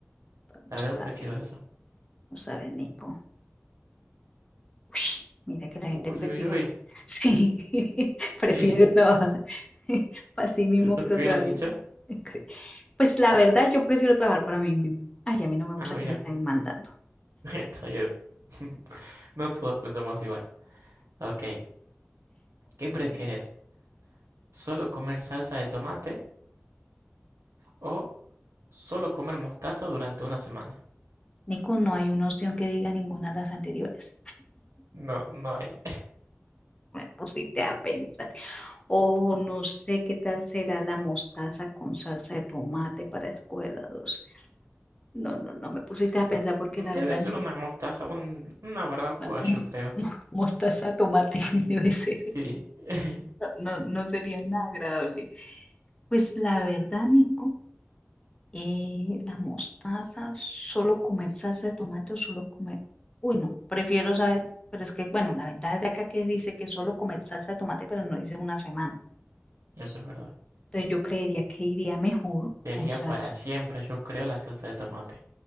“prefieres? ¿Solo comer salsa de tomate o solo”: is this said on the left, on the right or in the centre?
Right